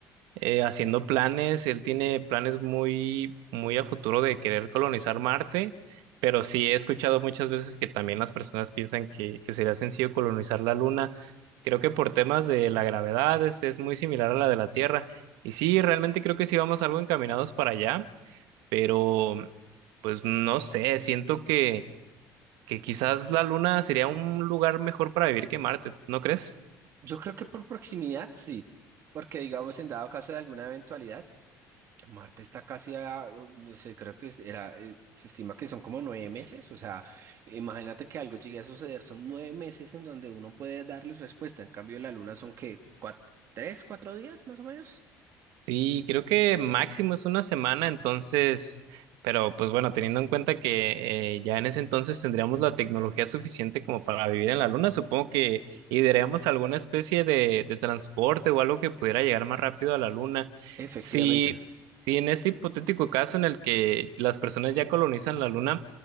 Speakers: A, on the right; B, on the right.
A: eh, haciendo planes, él tiene planes muy, muy a futuro de querer colonizar Marte, pero sí he escuchado muchas veces que también las personas piensan que, que sería sencillo colonizar la Luna. Creo que por temas de la gravedad es, es muy similar a la de la Tierra. Y sí, realmente creo que sí vamos algo encaminados para allá, pero pues no sé, siento que... que quizás la Luna sería un lugar mejor para vivir que Marte, ¿no crees?
B: Yo creo que por proximidad, sí, porque digamos en dado caso de alguna eventualidad. Marte está casi a, no sé, creo que es- era, eh, se estima que son como nueve meses, o sea, imagínate que algo llegue a suceder, son nueve meses en donde uno puede darle respuesta, en cambio la Luna son que, tres, cuatro días más o menos.
A: Sí, creo que máximo es una semana, entonces, pero pues bueno, teniendo en cuenta que eh, ya en ese entonces tendríamos la tecnología suficiente como para vivir en la Luna, supongo que idearíamos alguna especie de, de transporte o algo que pudiera llegar más rápido a la Luna.
B: Efectivamente.
A: Si, si en este hipotético caso en el que las personas ya colonizan la Luna,